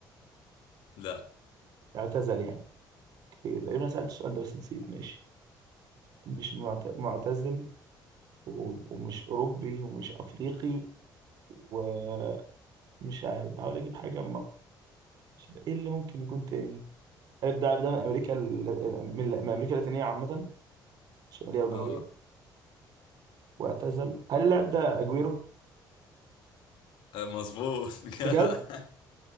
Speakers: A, on the left; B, on the right.
A: لا
B: اعتزل يعني إيه، تقريبا أنا سألت السؤال ده بس نسيت ماشي مش معت- معتزل و- ومش اوروبي ومش افريقي ومش عارف بحاول اجيب حاجه شبه- ايه اللي ممكن يكون تاني اللاعب ده من امريكا ال- من من امريكا اللاتينيه عامه شماليه وجنوبيه
A: اه
B: واعتزل هل اللاعب ده اجويرو
A: مظبوط <laughs> كده
B: بجد
A: <laughs>